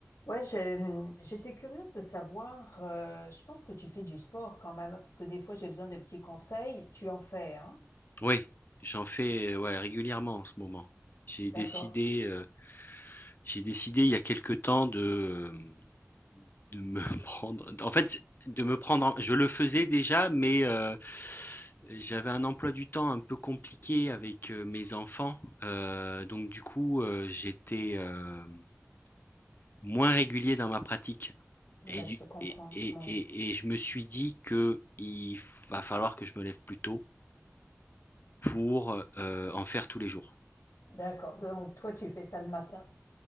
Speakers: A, on the left; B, on the left.
A: Ouais, j'ai- j'étais curieuse de savoir, euh, je pense que tu fais du sport quand même, parce que des fois j'ai besoin de petits conseils. Tu en fais, hein?
B: Oui, j'en fais, heu, ouais, régulièrement en ce moment. J'ai décidé,
A: D'accord.
B: heu, j'ai décidé il y a quelque temps de, hem, de me <laughs> prendre en fait, de me prendre en je le faisais déjà, mais heu, j'avais un emploi du temps un peu compliqué avec, heu, mes enfants, heu, donc du coup, heu, j'étais, hem, moins régulier dans ma pratique
A: Ah
B: et
A: Ben,
B: du
A: je te comprends.
B: et et
A: Ouais.
B: et et je me suis dit que il va falloir que je me lève plus tôt pour, heu, en faire tous les jours.
A: D'accord. Donc toi, tu fais ça le matin.